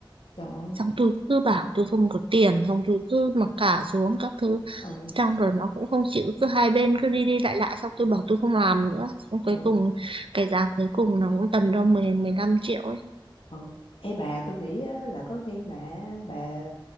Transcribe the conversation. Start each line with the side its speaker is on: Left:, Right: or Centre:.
Left: trời ơi
Right: xong tôi cứ bảo tôi không có tiền xong tôi cứ mặc cả xuống các thứ
Left: ờ
Right: xong rồi nó cũng không chịu cứ hai bên cứ đi đi lại lại xong tôi bảo tôi không làm nữa xong cuối
Left: ờ
Right: cùng cái giá cuối cùng nó cũng tầm đâu 10 15 triệu ấy
Left: Ừ. Ê bà tôi nghĩ á, là có khi mà bà